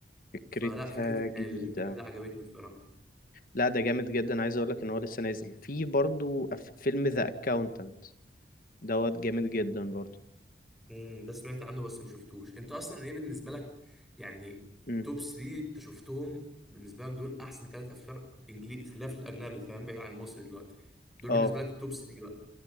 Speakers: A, on the left; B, in the centre.
A: فكرتها
B: فلا فكره الح-
A: جديدة
B: الفيلم ده عجبتني بصراحه
A: لا ده جامد جدا عايز اقول لك ان هو لسه نازل في برضو أف- فيلم ذا اكاونتنت دوت جامد جدا برضو
B: امم ده سمعت عنه بس ما شفتوش انت اصلا ايه بالنسبه لك يعني
A: امم
B: توب 3 انت شفتهم بالنسبه لك دول احسن ثلاث افلام انجليزي خلاف في الاجنبي فاهم بعيد عن المصري دلوقتي دول
A: اه
B: بالنسبه لك التوب 3 بقى